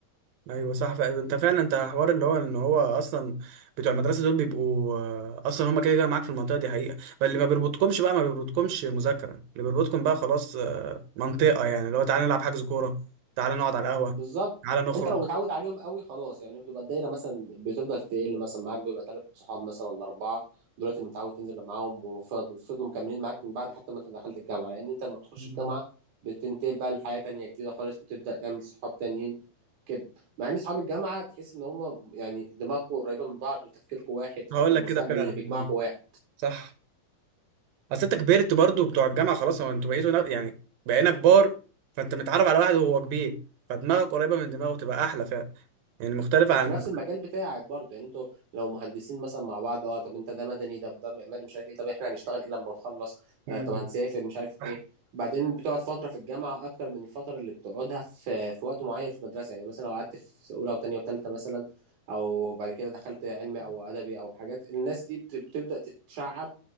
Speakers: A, on the right; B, on the right.
A: ايوه صح فعلا انت فعلا انت حوار اللي هو ان هو اصلا بتوع المدرسه دول بيبقوا آه، اصلا هما كده كده معاك في المنطقه دي حقيقه فاللي ما بيربطكمش بقى ما بيربطكمش مذاكره اللي بيربطكم بقى خلاص آه، منطقه يعني اللي هو تعالى نلعب حجز كوره تعالى نقعد على القهوه
B: بالظبط
A: تعالى نخرج
B: انت لو متعود عليهم قوي خلاص يعني بتبقى الدايره مثلا بتفضل تقل مثلا معاك بيبقى ثلاث صحاب مثلا ولا اربعه دولت اللي متعود تنزل معاهم وفض- وفضلوا مكملين معاك من بعد حتى ما انت دخلت الجامعه لان انت لما بتخش
A: مم.
B: الجامعه بتنتقل بقى لحياه تانية جديده خالص بتبدا تعمل صحاب تانيين كده مع ان صحاب الجامعه تحس ان هم يعني دماغكم قريبه من بعض وتفكيركم واحد حتى
A: هقول لك
B: المستقبل
A: كده فعلا
B: اللي بيجمعكم
A: مم.
B: واحد
A: صح اصل انت كبرت برضو بتوع الجامعه خلاص هو انتوا بقيتوا نا- يعني بقينا كبار فانت متعرف على واحد وهو كبير فدماغك قريبه من دماغه تبقى احلى فعلا يعني مختلفه
B: وفي
A: عن
B: نفس المجال بتاعك برضه يعني انتوا لو مهندسين مثلا مع بعض اه طب انت ده مدني ده ده معماري مش عارف ايه طب احنا هنشتغل ايه لما نخلص
A: مم.
B: آه طب هنسافر مش عارف
A: صح
B: ايه بعدين بتقعد فتره في الجامعه اكتر من الفتره اللي بتقعدها في في وقت معين في المدرسه يعني مثلا لو قعدت في اولى وثانيه وثالثه مثلا او بعد كده دخلت علمي او ادبي او حاجات الناس دي بت- بتبدا تتشعب